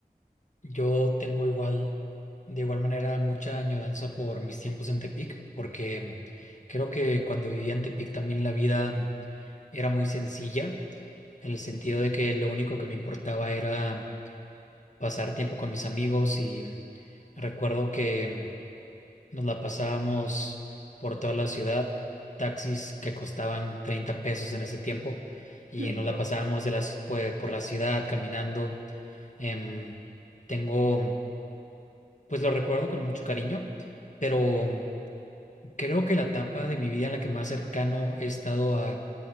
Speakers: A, on the left (about 50°); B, on the right (about 85°).
A: yo tengo igual, de igual manera, mucha añoranza por mis tiempos en Tepic, porque mm, creo que cuando vivía en Tepic también la vida mm, era muy sencilla, en el sentido
B: Ujú.
A: de que lo único que me importaba era pasar tiempo con mis amigos y mm, recuerdo que... mm, Nos la pasábamos por toda la ciudad, taxis que costaban 30 pesos en ese tiempo,
B: <laughs>
A: y
B: Wow.
A: nos la pasábamos de la ci- pue- por la ciudad caminando. Em, tengo, pues lo recuerdo con mucho cariño, pero mm, creo que la etapa de mi vida en la que más cercano he estado a,